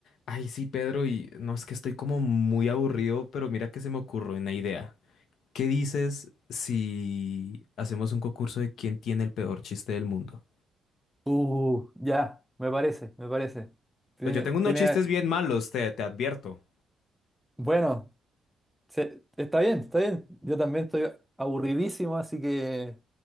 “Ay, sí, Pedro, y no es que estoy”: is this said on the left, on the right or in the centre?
Left